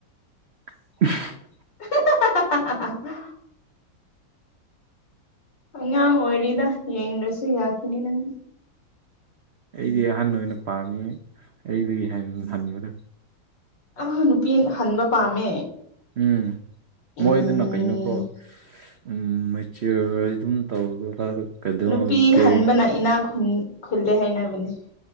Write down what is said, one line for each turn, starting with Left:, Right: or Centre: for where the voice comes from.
Right: ꯎ <unintelligible>
Left: <unintelligible> ꯑꯉꯥꯡ ꯑꯣꯏꯔꯤꯗ ꯌꯦꯡꯗꯁꯨ ꯌꯥꯈꯤꯅꯤ ꯅꯪ
Right: ꯑꯩꯗꯤ ꯑꯍꯟ ꯑꯣꯏꯅ ꯄꯥꯝꯃꯤ ꯑꯩꯗꯒꯤ ꯍꯟꯕꯗꫭ
Left: ꯑꯥ ꯅꯨꯄꯤ ꯍꯟꯕ ꯄꯥꯝꯃꯦ
Right: ꯎꯝ
Left: ꯎꯝ
Right: ꯃꯣꯏꯗꯅ ꯀꯩꯅꯣꯀꯣ ꯎꯝ ꯆꯤꯌꯔ ꯑꯗꯨꯝ ꯇꯧꯔꯒ ꯀꯩꯅꯣ
Left: ꯅꯨꯄꯤ
Right: ꯀꯦ
Left: ꯍꯟꯕꯅ ꯏꯅꯥ ꯈꯨ ꯈꯨꯜꯂꯦ ꯍꯥꯏꯅꯕꯅꯤ